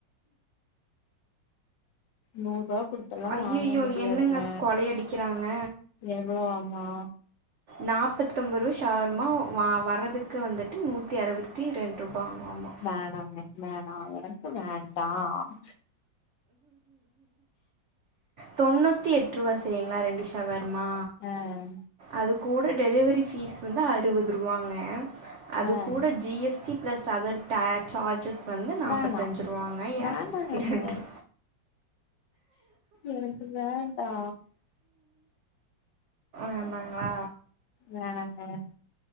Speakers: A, on the left; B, on the right.
A: நூறுவா குடுத்தெல்லா
B: ஐயையோ!
A: வாங்க முடியாதுங்க
B: என்னங்க கொலையடிக்கிறாங்க?
A: எவ்ளோவாமா
B: நாப்பத்தொம்போரூவா ஷவர்மா வா வர்ரதுக்கு வந்துட்டு நூத்தி அறுவத்தி ரெண்டு ரூபாங்களாமா
A: வேணாங்க வேணா எனக்கு வேண்டான்
B: தொண்ணூத்தி எட்ரூவா சரிங்ளா ரெண்டு ஷவர்மா
A: ஆ அ
B: அது கூட டெலிவரி ஃபீஸ் வந்து அறுவது ரூவாங்க அது
A: ஆ
B: கூட G S T plus other tax charges வந்து நாப்பத்தஞ்சு
A: வேணா
B: ரூவாங்க எரநத்தி
A: வேணாங்க
B: ரெண்ரூ
A: எனக்கு வேண்டா
B: வேணாங்களா
A: வேணாங்க வேணாங்